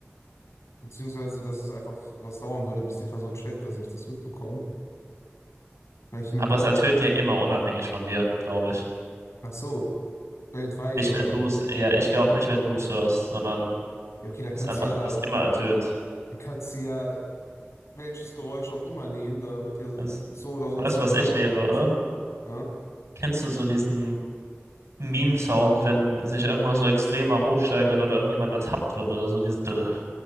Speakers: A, on the left; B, on the right.
A: beziehungsweise dass es einfach was dauern würde, bis die Person checkt, dass ich das mitbekomme. Welchen,
B: Aber es ertönt ja immer unabhängig von dir, glaube ich.
A: ach so, weltweit
B: Nicht,
A: oder,
B: wenn du es, ja, ich glaube nicht, wenn du es hörst, sondern
A: ja, okay, da
B: es
A: kannst
B: ist einfach,
A: du ja,
B: das immer ertönt.
A: dann kannst du ja welches Geräusch auch immer nehmen, da wird ja so
B: Das,
A: so oder so
B: weißt
A: ein Zusammenhang
B: du, was ich nehmen
A: erkannt.
B: würde?
A: Ne?
B: Kennst du so diesen Meme-Sound, wenn sich irgendwas so extremer hochsteigert oder irgendjemand ertappt wird oder so, dieses Drrr.